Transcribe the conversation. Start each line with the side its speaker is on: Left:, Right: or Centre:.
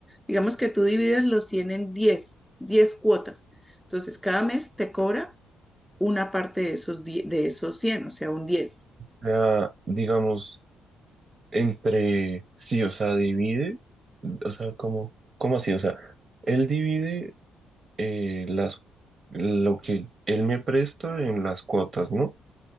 Centre: Digamos que tú divides los 100 en diez diez cuotas. Entonces, cada mes te cobra una parte de esos, die- de esos cien o sea, un diez
Right: sea, digamos, entre sí, o sea, divide, o sea, como, ¿cómo así? O sea, él divide eh, las, lo que él me presta en las cuotas, ¿no?